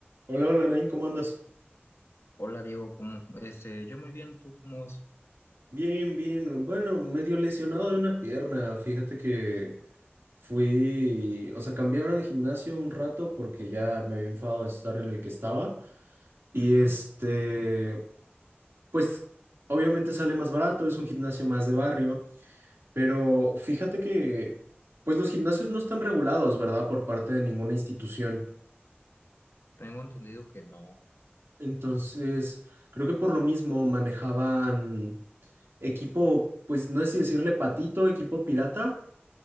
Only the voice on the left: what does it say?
Hola Diego, ¿cómo? Este, yo muy bien, ¿tú cómo vas?
Ujú.
Tengo entendido que no,